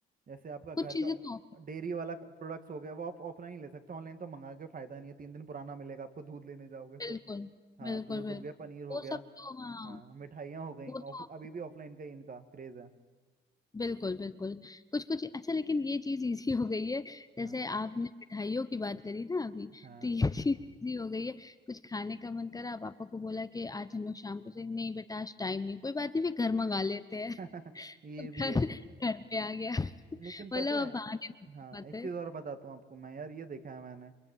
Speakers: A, on the right; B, on the left.
A: जैसे आपका घर
B: कुछ चीजें
A: का
B: तो
A: डेयरी वाला प्रोडक्ट्स हो गया वो आप ऑफलाइन ही ले सकते हो ऑनलाइन तो मंगा के फायदा नहीं है तीन दिन पुराना मिलेगा आपको दूध लेने जाओगे
B: बिल्कुल
A: तो हाँ
B: बिल्कुल
A: दूध
B: बिल्कुल
A: हो गया पनीर हो
B: वो
A: गया
B: सब तो हाँ
A: हाँ मिठाइयाँ हो गई
B: वो
A: ऑफ
B: तो
A: अभी भी ऑफलाइन का ही इनका क्रेज है
B: बिल्कुल बिल्कुल कुछ कुछ अच्छा लेकिन ये चीज इजी हो गई है
A: हाँ
B: जैसे आपने मिठाइयों की बात करी ना अभी
A: हाँ
B: तो ये <laughs> चीज इजी हो गई है कुछ खाने का मन करा पापा को बोला कि आज हम लोग शाम को से नहीं बेटा आज टाइम नहीं कोई बात नहीं फिर घर मंगा लेते हैं
A: <laughs>
B: <laughs>
A: ये
B: घर
A: भी है
B: घर पे आ गया
A: लेकिन
B: मतलब
A: पता है
B: अब बहाने नहीं बन
A: हाँ
B: पाते
A: एक चीज़ और बताता हूँ आपको मैं यार ये देखा है मैंने